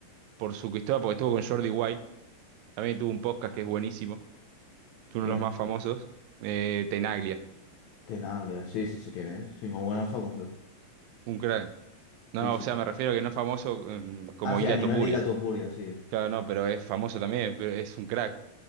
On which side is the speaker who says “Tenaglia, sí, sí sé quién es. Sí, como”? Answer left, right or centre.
Left